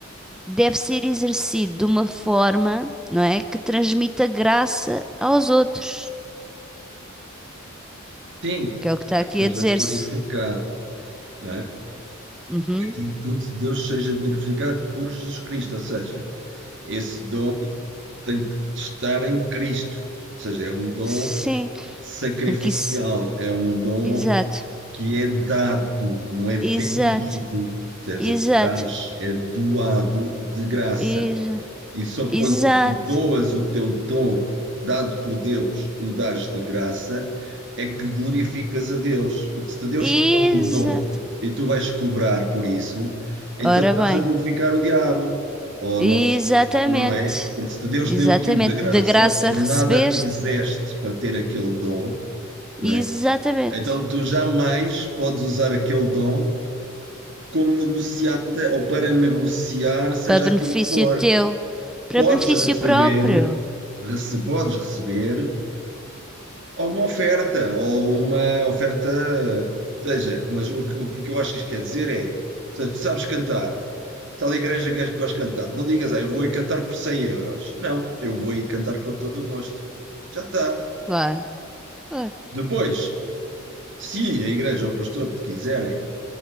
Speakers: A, in the centre; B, on the right.
A: deve ser exercido de uma forma, não é, que transmita graça aos outros,
B: Sim,
A: que é o que está
B: para
A: aqui
B: que seja
A: a dizer-se.
B: glorificado, não é?
A: Uhum.
B: Para que em tudo Deus seja glorificado por Jesus Cristo. Ou seja, esse dom tem que estar em Cristo. Ou seja, é um dom
A: Sim,
B: sacrificial,
A: porque isso,
B: é um dom
A: exato,
B: que é dado, não é vendido.
A: exato,
B: Quer
A: exato,
B: dizer, tu dás, é doado de graça.
A: exa-
B: E só
A: exato,
B: quando tu doas o teu dom dado por Deus e o dás de graça, é que glorificas a Deus. Porque se Deus
A: exato.
B: te dá um dom e tu vais cobrar por isso, então
A: Ora
B: estás
A: bem,
B: a glorificar o diabo. Ou
A: exatamente,
B: não, não é? Porque se Deus
A: exatamente,
B: te deu aquilo de graça,
A: da graça
B: tu
A: recebeste,
B: nada fizeste para ter aquele dom não é?
A: exatamente.
B: Então tu jamais podes usar aquele dom como negociata ou para negociar, seja
A: para benefício
B: aquilo que for.
A: teu, para
B: Podes
A: benefício
B: receber,
A: próprio,
B: rece, podes receber uma oferta, ou uma oferta, ou seja, mas o, que- o que eu acho que isto quer dizer é, ou seja, tu sabes cantar, tal igreja que és que vais cantar, não digas, ah, eu vou ir cantar por 100 euros. Não, eu vou ir cantar com todo o gosto. Já está.
A: claro, claro.
B: Depois, se a igreja ou o pastor te quiserem